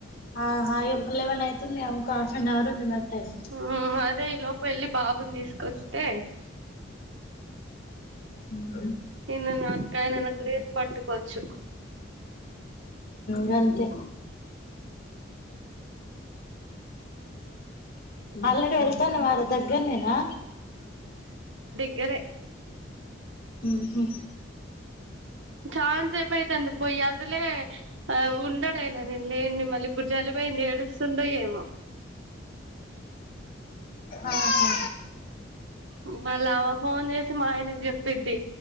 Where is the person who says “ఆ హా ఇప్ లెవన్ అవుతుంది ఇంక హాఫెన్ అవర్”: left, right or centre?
Left